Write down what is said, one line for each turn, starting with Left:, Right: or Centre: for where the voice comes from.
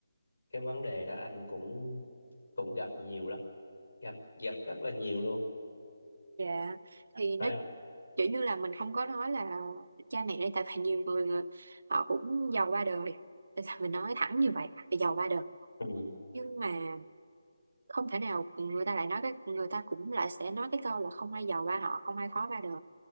Left: cái vấn đề đó anh cũng cũng gặp nhiều lắm gặp gặp rất là nhiều luôn
Right: dạ thì nó
Left: phải không
Right: kiểu như là mình không có nói là cha mẹ đây tại vì nhiều người họ cũng giàu ba đời tại sao mình nói thẳng như vậy là giàu ba đời
Left: ừ
Right: nhưng mà không thể nào người ta lại nói cái người ta cũng lại sẽ nói cái câu là không ai giàu ba họ không ai khó ba đời